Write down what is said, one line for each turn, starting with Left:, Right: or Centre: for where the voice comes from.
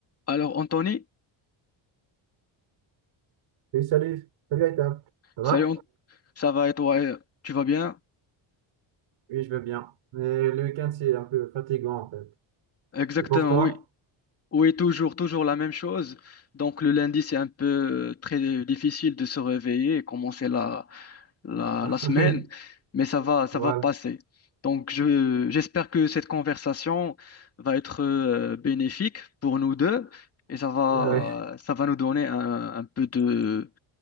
Left: Alors, Anthony,
Right: Oui, salut, salut Aïta, ça
Left: salut,
Right: va?
Left: Ant- ça va et toi, euh, tu vas bien?
Right: Oui, je vais bien. Mais le week-end, c'est un peu fatigant en fait.
Left: Exactement,
Right: Et pour toi?
Left: oui. Oui, toujours, toujours la même chose. Donc, le lundi, c'est un peu euh, très euh, difficile de se réveiller et commencer la, la,
Right: <laughs>
Left: la semaine,
Right: Oui,
Left: mais ça va, ça
Right: voilà.
Left: va passer. Donc, je, j'espère que cette conversation va être euh, bénéfique pour nous deux et ça va,
Right: Euh,
Left: ça va nous donner un, un peu de,